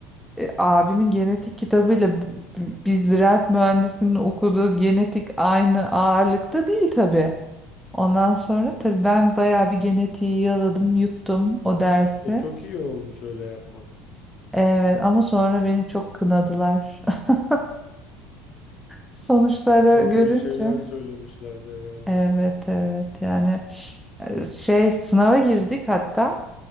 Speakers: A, in the centre; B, on the left.
A: E, abimin genetik kitabıyla b- b- biz ziraat mühendisinin okuduğu genetik aynı ağırlıkta değil tabii. Ondan sonra tabii ben bayağı bir genetiği yaladım, yuttum o dersi.
B: E çok iyi olmuş öyle yapman.
A: Evet ama sonra beni çok kınadılar. <laughs> Sonuçlara
B: Ağır
A: görünce.
B: bir şeyler söylemişlerdi herhalde.
A: Evet evet yani e, şey sınava girdik hatta